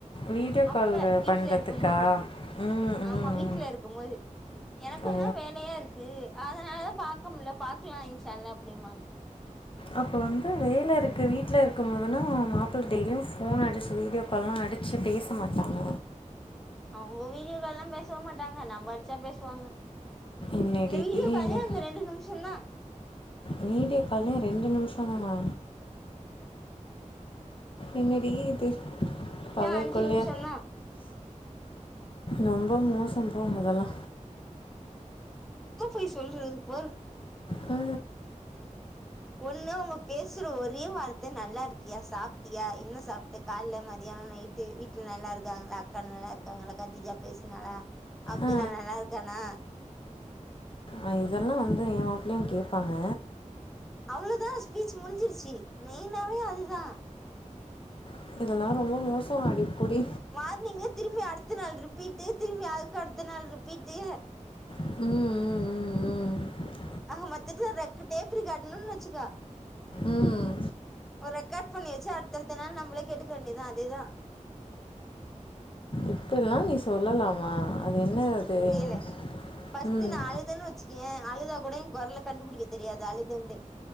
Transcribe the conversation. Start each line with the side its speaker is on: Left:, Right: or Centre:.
Left: வீடியோ
Centre: அப்ப
Left: கால்
Centre: வீட்ல
Left: பண்ணுறதுக்கா
Centre: இருக்கு மோது
Left: ம்
Centre: ஆமா
Left: ம்
Centre: வீட்ல இருக்கு மோது எனக்குந்தா
Left: ஓ
Centre: வேலையா இருக்கு அதனாலதா பாக்க முட்ல பாக்கலா இன்ஷா அல்லா அப்டின்வாங்க
Left: அப்ப வந்து வேல இருக்கு வீட்ல இருக்கும் போதுனா மாப்பிள டெய்லியு ஃபோன் அடிச்சு வீடியோ அப்பலா அடிச்சு பேச மாட்டாங்க
Centre: அவ்ங்க வீடியோக்கால்லா பேசவே மாட்டாங்க நம்ப அடிச்சா பேசுவாங்க
Left: என்னடி
Centre: இந்த வீடியோ
Left: இது
Centre: காலே அந்த ரெண்டு நிம்ஷந்தா
Left: வீடியோ காலே ரெண்டு நிம்ஷந்தானா
Centre: கே தூங்குங்க
Left: என்னடி இது
Centre: நிமிஷோ
Left: பகல்
Centre: அஞ்சு
Left: கொள்ளையா
Centre: நிமிஷந்தா
Left: நொம்ப மோசம் போ அதெல்லா
Centre: எங்க போய் சொல்றது இத பாரு
Left: அ
Centre: ஒன்னு ஒங்க பேச் சுற ஒரே வார்த்த நல்லாருக்கியா சாப்ட்டியா என்ன சாப்ட்ட கால்ல மதியான நைட் ட்டு வீட்ல நல்லா இருக்காங்களா அக்கா நல்லா இருக்காங்களா கத்தீஜா பேசுனாலா அப்துலா
Left: ஆ
Centre: நல்லாருக்கானா
Left: ஆ இதெல்லா வந்து எ மாப்பிளையு கேப்பாங்க
Centre: அவ்ளோதா ஸ்பீச் முடிஞ்சிருச்சு மெய்னாவே அதுதா
Left: இப்ப இதெல்லா ரொம்ப மோசோ அடிப் போடி
Centre: மார்னிங்கே திரும்பி அடுத்த நாள் ரிப்பீட்டு திரும்பி அதுக்கு அடுத்த நாள் ரிப்பீட்டு
Left: ம் ம் ம் ம்
Centre: அ மத்தது அது ரெக்கு டேப்ரு கார்டுனு வச்சுக்க
Left: ம்
Centre: ஒரு ரெக்கார்ட் பண்ணி வச்சு அடுத்த அடுத்த நாள் நம்ளே கேட்டுக்க வேண்டிதா அதேதா
Left: இப்பில்லா நீ சொல்லலாமா அது என்ன தெரியுங்க
Centre: கேளு ஃபஸ்ட்டு
Left: ம்
Centre: நா அழுதன்னு வச்சுக்கயே அழுதா கூட என் கொரல கண்டுபுடிக்க தெரியாது அழுதேன்ட்டு